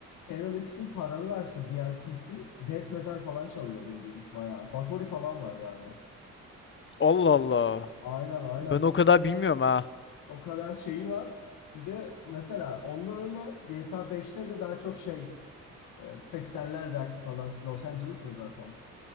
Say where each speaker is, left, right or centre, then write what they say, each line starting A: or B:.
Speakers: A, on the left; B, on the left.
A: Channel X'in paralı versin DLC'si Death Metal falan çalıyor bildiğin bayağı. Bathory falan var yani.
B: Allah Allah.
A: Aynen aynen.
B: Ben o kadar bilmiyorum ha.
A: O kadar şeyi var. Bir de mesela onda öyle GTA beşte de daha çok şey e, 80'ler rock falan Los Angeles'e zaten.